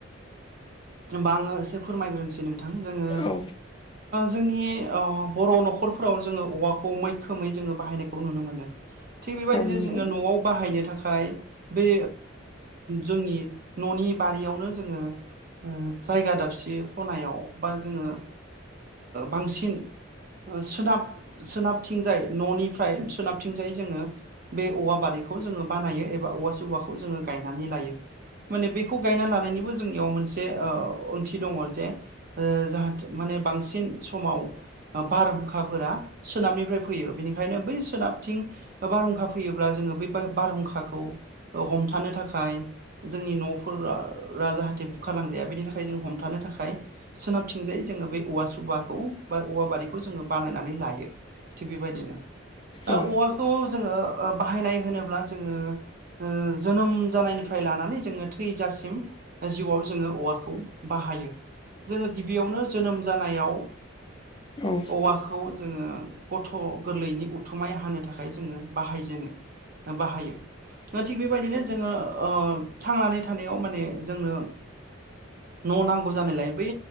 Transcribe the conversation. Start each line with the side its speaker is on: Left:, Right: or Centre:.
Right: होमबा आङो। एसे फोरमायग्रोनोसै नोंथां जोङो
Left: औ
Right: जोंनि बर' न'खरफोराव जोङो औवाखौ मैखोमै जोङो बाहायनायखौ नुनो मोनो। थिग बेबायदिनो
Left: नंगौ
Right: जोङो न'आव बाहायनो थाखाय बे जोंनि न'नि बारियावनो जोङो जायगा दाबसे खनायाव बा जोङो बांसिन सोनाब सोनाबथिंजाय न'निफ्राय सोनाबथिंजाय जोङो बे औवा बारिखौ जोङो बानायो एबा औवा सवाखौ जोङो गायनानै लायो। माने बेखौ गायना लानायनिबो जोंनियाव मोनसे ओंथि दङ जे जे माने बांसिन समाव बारहुंखाफोरा सोनाबनिफ्राय फैयो बिनिखायनो बै सोनाबथिं बारहुंखा फैयोब्ला जोङो बे बारहुंखाखौ हमथानो थाखाय जोंनि न'फोरा जाहाथे बुखारलांजाया बेनि थाखाय जों हमथानो थाखाय सोनाबथिंजायै जोङो बे औवा सुबाखौ बा औवा बारिखौ जोङो बानायनानै लायो। थिग बेबायदिनो
Left: औ
Right: औवाखौ जोङो बाहायनाय होनोब्ला जोङो जोनोम जानायनिफ्राय लानानै जोङो थैजासिम जिउआव जोङो औवाखौ बाहायो जोङो गिबियावनो जोनोम जानायाव
Left: औ
Right: औवाखौ जोङो गथ' गोरलैनि उथुमाय हानो थाखाय जोङो बाहायजेनो। बाहायो। द थिग बेबायदिनो जोङो थांनानै थानायाव माने जोंनो न' नांगौ जानायलाय बै